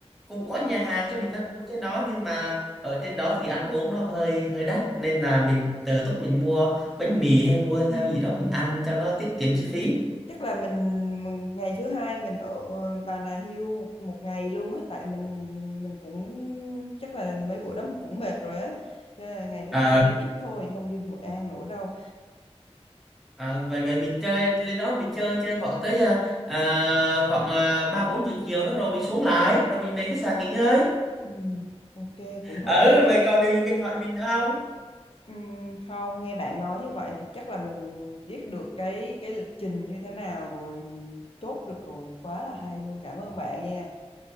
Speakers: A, in the centre; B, on the left.
A: cũng có nhà hàng cho mình ăn uống trên đó nhưng mà ở trên đó thì ăn uống nó hơi hơi đắt nên là mình tự túc mình mua bánh mì hay mua
B: Ừm,
A: theo gì đó mình ăn cho nó tiết kiệm chi phí
B: chắc là mình, mình ngày thứ hai mình ở ờ, Bà Nà Hills một một ngày luôn á tại mình mình cũng chắc là mấy bữa đó mình cũng mệt rồi á cho nên là ngày thứ
A: ờ
B: hai đi ít thôi không đi Hội An nữa đâu
A: ờ, vậy vậy mình chơi lên đó mình chơi chơi khoảng tới à, à, khoảng à, ba bốn giờ chiều đó rồi mình xuống lại rồi mình về khách sạn nghỉ ngơi
B: Ừm, ok cũng hợp
A: ừ
B: lý á
A: vậy còn điều gì cần hỏi mình nữa không
B: Ừm, không nghe bạn nói như vậy thì chắc là mình biết được cái cái lịch trình như thế nào rồi mình chốt được rồi quá là hay luôn cảm ơn bạn nha